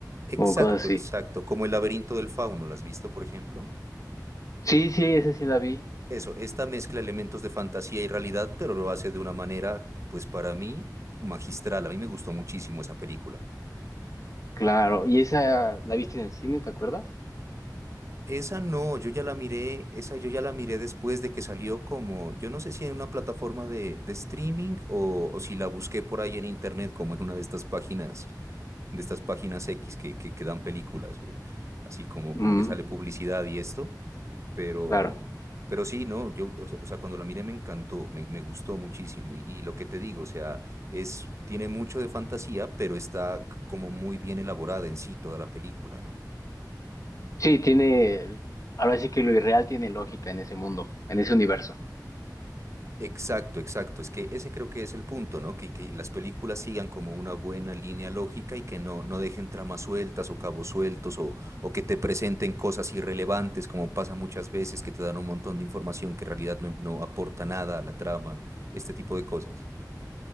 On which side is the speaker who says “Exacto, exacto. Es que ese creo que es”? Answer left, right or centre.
Right